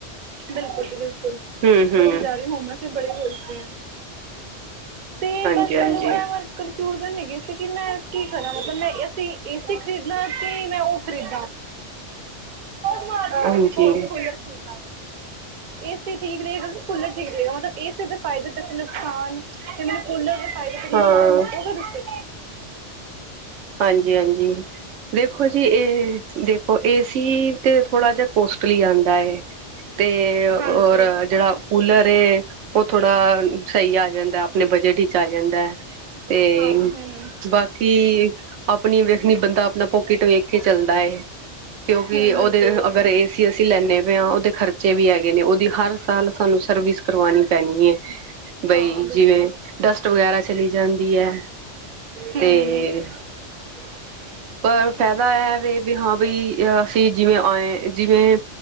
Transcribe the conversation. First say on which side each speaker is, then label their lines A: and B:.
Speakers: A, on the right (about 50°); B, on the right (about 80°).
A: ਬਿਲਕੁਲ ਜ ਬਿਲਕੁਲ।
B: ਹੂੰ ਹੂੰ
A: ਵੈਸੇ ਹੁੰਮਸ ਬੜੇ ਹੋਏ ਪਈ ਆ। ਤੇ ਬਸ
B: ਹਾਂਜੀ
A: ਮੈਨੂੰ
B: ਹਾਂਜੀ
A: ਕਨਫਿਊਜ਼ਨ ਹੈਗੀ ਸੀ ਕਿ ਮੈਂ ਕੀ ਕਰਾਂ ਮਤਲਬ ਮੈਂ ਇਸ ਇਸੇ ਖਰੀਦਨਾ ਕਿ ਮੈਂ ਉਹ ਖਰੀਦ ਕੂਲਰ
B: ਹਾਂਜੀ।
A: ਖਰੀਦਣਾ ਏਸੀ ਠੀਕ ਰਹੇਗਾ ਕੂਲਰ ਠੀਕ। ਮਤਲਬ ਏਸੀ ਦੇ ਫਾਇਦੇ ਤੇ ਨੁਕਸਾਨ ਤੇ ਮੈਨੂੰ ਕੂਲਰ ਦੇ ਫਾਇਦੇ ਤੇ ਨੁਕਸਾਨ
B: ਹਾਂ
A: ਦੱਸੋਗੇ ਤੁਸੀਂ।
B: ਹਾਂਜੀ ਹਾਂਜੀ। ਦੇਖੋ ਜੀ ਏਹ ਦੇਖੋ ਏਸੀ ਤੇ ਥੋੜਾ ਜਿਹਾ ਕੋਸਟਲੀ ਆਉਂਦਾ। ਤੇ
A: ਹਾਂਜੀ
B: ਓਰ ਜਿਹੜਾ ਕੂਲਰ ਏ ਉਹ ਥੋੜ੍ਹਾ ਸਹੀ ਆ ਜਾਂਦਾ ਆਪਣੇ ਬਜਟ ਵਿੱਚ ਆ ਜਾਂਦਾ। ਤੇਂ
A: ਹਾਂ ਹੂੰ
B: ਬਾਕੀ ਆਪਣੀ ਵੇਖਣੀ ਬੰਦਾ ਆਪਣਾ ਪੋਕਿਟ ਵੇਖ ਕੇ ਚੱਲਦਾ ਹੈ ਕਿਉਂਕਿ
A: ਹੂੰ
B: ਉਹਦੇ
A: ਬਿਲਕੁਲ ਬਿਲਕੁਲ।
B: ਅਗਰ ਇਸ ਏਸੀ ਅਸੀਂ ਲੈਂਦੇ ਪਏ ਹਾਂ ਉਹਦੇ ਖਰਚੇ ਵੀ ਹੈਗੇ ਨੇ ਉਹਦੀ ਹਰ ਸਾਲ ਤਾਨੂੰ ਸਰਵਿਸ ਕਰਵਾਣੀ ਪੈਣੀ ਹੈ ਬਈ
A: ਹਾਂ ਬਿਲਕੁਲ
B: ਜਿਵੇਂ ਡਸਟ ਵਗੈਰਾ ਚਲੀ ਜਾਂਦੀ ਹੈ।
A: ਹੂੰ
B: ਤੇਂ
A: <inaudible>
B: ਪਰ ਫਾਇਦਾ ਇਹ ਵੇ ਵੀ ਹਾਂ ਬਈ ਅਸੀਂ ਜਿਵੇਂ ਆਏ ਜਿਵੇਂ